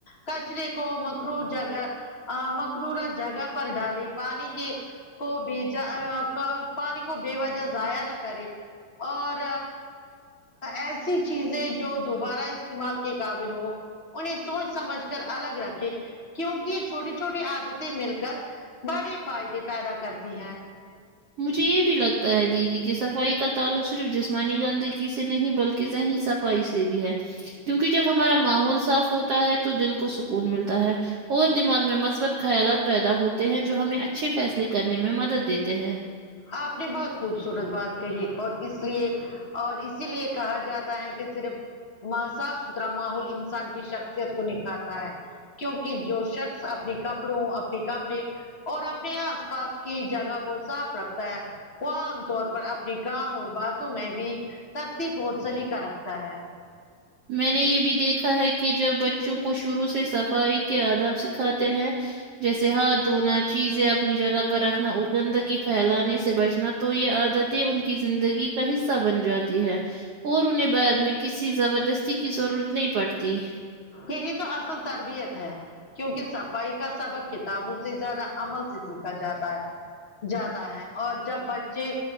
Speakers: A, on the left; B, on the right.
A: کچرے کو مکرو جگہ مکرور جگہ پر ڈالی پانی کی کو بجا پانی کو بے وجہ ضائع نہ کرے اور ای سی چیزیں جو دوبارہ استعمال کے قابل ہو انہیں سوچ سمجھ کر الگ رکھے کیونکہ یہ چھوٹی چھوٹی عادتیں مل کر بڑے فائدے پیدا کرتی ہیں
B: مجھے یہ بھی لگتا ہے دیدی کہ صفائی کا تعلق صرف جسمانی گندگ ی سے نہیں بلکہ ذہنی صفائی سے بھی ہے کیونکہ جب ہمارا ماحول صاف ہو ٹا ہے تو دل کو سکون ملتا ہے اور دماغ میں مثبت خیالات پیدا ہوتے ہیں جو ہمیں اچھے فیصلے کرنے میں مدد دیتے ہیں
A: آپ نے بہت خوبصورت بات کہی اور اس لیے اور اسی لیے کہا جاتا ہے کہ صرف صاف ستھرا ماحول انسان کی شخصیت کو نکھارتا ہے کیونکہ جو شخص اپنے کپڑوں اپنے کمرے اور اپنے آس پاس کی جگہ کو صاف رکھ تا ہے وہ عام طور پر اپنے کام اور باتوں میں بھی ترتیب اور سلیقہ رکھتا ہے
B: میں نے یہ بھی دیکھا ہے کہ جب بچوں کو شروع سے صفائی کے آداب سی کھاتے ہیں جیسے ہاتھ دھونا چیزیں اپنی جگہ پر رکھنا اور گندگی پھیلانے سے بچنا تو یہ عادتیں ان کی زندگی کا حصہ بن جاتی ہے اور انہیں بعد میں کسی زبردست تی کی ضرورت نہیں پڑتی
A: یہی تو اصل تربیت ہے کیونکہ صفائی کا سبق کتابوں سے زیادہ عمل سے سیکھا جاتا ہے جاتا ہے اور جب بچے